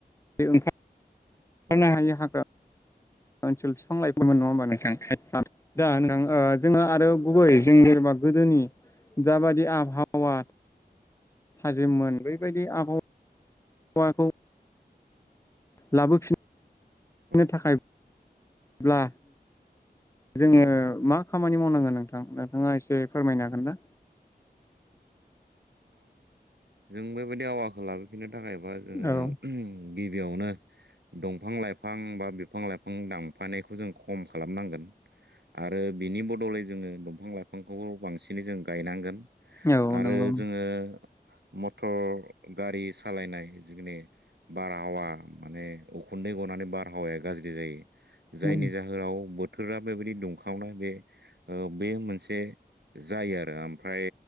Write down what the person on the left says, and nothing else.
ओंखारनो
हायि हाग्रा ओनसोल बिफां लाइफांमोन नङा होमबा नोंथां दा नोंथां जोङो आरो गुबै जों जेनेबा गोदोनि दाबादि आबहावा थाजिममोन बबायदि आबहावाखौ लाबोफिननो
थाखायब्ला जोङो
मा खामानि मावनांगोन नोंथां नोंथाङा एसे फोरमायनो हागोन ना?
औ
औ
नंगौ।
औ